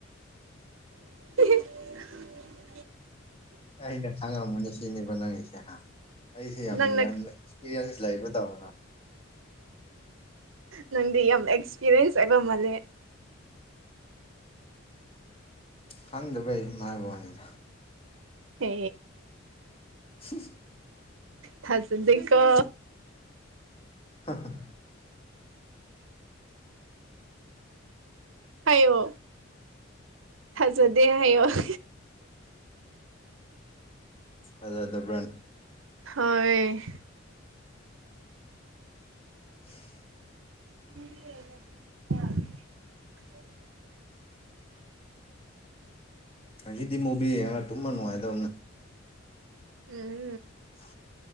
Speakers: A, on the right; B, on the left.
A: <unintelligible>
B: ꯑꯩꯅ ꯈꯥꯡꯉꯝ ꯃꯅꯦ ꯁꯤꯅꯤꯕ ꯅꯪꯁꯦ ꯍꯥ ꯑꯩꯁꯦ ꯌꯥꯝ
A: ꯅꯪꯅ
B: ꯌꯥꯝꯅ ꯑꯦꯛꯁꯄꯤꯔꯤꯌꯦꯟꯁ ꯂꯩꯕ ꯇꯧꯅ
A: ꯅꯪꯗꯤ ꯌꯥꯝ ꯑꯦꯛꯁꯄꯤꯔꯤꯌꯦꯟꯁ ꯑꯣꯏꯕ ꯃꯥꯜꯂꯦ
B: ꯈꯪꯗꯕꯩ ꯁꯨꯝ ꯍꯥꯏꯕ ꯋꯥꯅꯤꯗ
A: ꯍ
B: ꯎ
A: ꯊꯖꯗꯀꯣ
B: ꯍ ꯍꯣ
A: ꯍꯥꯏꯌꯣ ꯊꯖꯗꯦ ꯍꯥꯏꯌꯣ <unintelligible>
B: ꯑꯗ ꯑꯗꯨ ꯑꯗꯨꯣ ꯕ꯭ꯔ
A: ꯍꯣꯏ
B: <unintelligible>
A: <unintelligible>
B: ꯍꯧꯗꯤ ꯃꯨꯕꯤ ꯇꯨꯝꯃ ꯅꯨꯡꯉꯥꯏꯗꯕꯅꯦ
A: ꯎꯝ
B: ꯑ